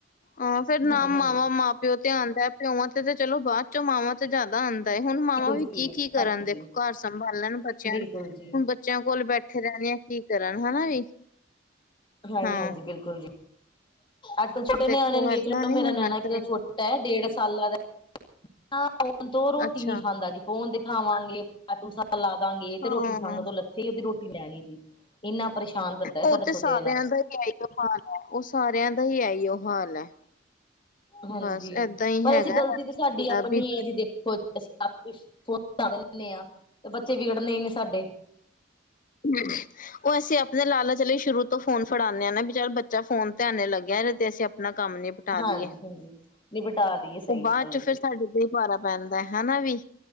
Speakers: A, on the left; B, on the left.
A: ਹਾਂ ਫੇਰ ਨਾ
B: ਹਾਂਜੀ
A: ਮਾਵਾ
B: ਹਾਂਜੀ
A: ਮਾਂ ਪਿਓ ਤੇ ਆਂਦਾ ਹੈ ਪਿਓ ਤੇ ਚਲੋ ਬਾਅਦ ਚੋ ਮਾਵਾਂ ਤੇ ਜਾਦਾ ਆਂ ਦਾ ਹੈ ਹੁਣ ਮਾਵਾ
B: ਬਿਲਕੁਲ
A: ਵੀ
B: ਜੀ
A: ਕੀ-ਕੀ ਕਰਨ
B: ਹਾਂਜੀ
A: ਦੇਖੋ ਘਰ ਸੰਭਾਲਣ ਬੱਚਿਆਂ
B: ਬਿਲਕੁਲ
A: ਨੂੰ
B: ਜੀ
A: ਹੁਣ ਬ ਚਿਆ ਕੋਲ ਬੈਠੇ ਰਹਿਣ ਯਾ ਕੀ ਕਰਨ ਹਨਾ ਵੀ।
B: ਹਾਂਜੀ-ਹਾਂਜੀ
A: ਹਾਂ
B: ਬਿਲਕੁਲ ਜੀ ਅੱਜ ਕੱਲ ਛੋਟੇ ਨਿਆਣਿਆਂ
A: ਦੇਖੋ
B: ਨੂੰ ਵੇਖ
A: ਏਦਾਂ
B: ਲਓ ਮੇਰਾ
A: ਨੀ ਹੋਣਾ
B: ਨਿਆਣਾ
A: ਚਾਹੀਦਾ
B: ਇੱਕ ਬੇਟਾ ਡੇਢ ਸਾਲਾਂ ਦਾ ਬਿਨਾਂ ਫੋਨ ਤੋਂ ਰੋਟੀ
A: ਅੱਛਾ
B: ਨੀ ਖਾਂਦਾ ਜੀ ਫੋਨ ਦਿਖਾਵਾਂਗੇ। ਕਾਰਟੋਨ ਸਾਂ ਲਾ ਦਾਂਗੇ।
A: ਹਾਂ
B: ਤੇ ਰੋਟੀ ਸੰਗ ਤੋਂ ਲੱਥੀ ਅੱਧੀ ਰੋਟੀ ਲੈਣੀ ਜੀ ਇੰਨਾ ਪਰੇਸ਼ਾਨ। ਕਰਦਾ ਹੈ
A: ਉਹ
B: ਸਾਡਾ ਛੋਟੇ
A: ਤੇ ਸਾਰਿਆਂ
B: ਵਾਲਾ
A: ਦਾ ਹੀ ਇਹੀਓ ਹਾਲ ਹੈ। ਉਹ ਸਾਰਿਆਂ ਦਾ ਹੀ ਇਹੀਓ ਹਾਲ ਹੈ।
B: ਹਾਂਜੀ।
A: ਬਸ ਏਦਾਂ ਹੀ
B: ਪਰ
A: ਹੈਗਾ
B: ਇਹ 'ਚ ਗ਼ਲਤੀ
A: ਹਰ
B: ਤਾਂ
A: ਕਿਸੇ
B: ਸਾਡੀ
A: ਦਾ
B: ਆਪਣੀ
A: ਵੀ
B: ਹੈ ਜੀ। ਦੇਖੋ, ਅਸੀਂ ਧਰ ਦਿੰਦੇ ਆ। ਤੇ ਬੱਚੇ ਵਿਗੜਨ ਹੀ ਨੇ ਸਾਡੇ।
A: ਹੂੰ। ਉਹ ਅਸੀਂ ਆਪਣੇ ਲਾਲਚ ਲਈ ਸ਼ੁਰੂ ਤੋਂ ਫੋਨ ਫੜਾਉਣੇ ਨਾ ਵੀ ਚਲ ਬੱਚਾ ਫੋਨ ਧਿਆਨੇ ਲੱਗਿਆ ਤੇ ਅਸੀਂ ਆਪਣਾ ਕੰਮ
B: ਹਾਂਜੀ-
A: ਲਈਏ
B: ਹਾਂਜੀ ਨਿਪਟਾ ਲਈਏ ਸਹੀ
A: ਉਹ ਬਾਅਦ
B: ਗੱਲ
A: ਚ
B: ਹੈ
A: ਫਿਰ
B: ਜੀ।
A: ਸਾਡੇ ਤੇ ਹੀ ਭਾਰਾ ਪੈਂਦਾ ਹਨਾ ਵੀ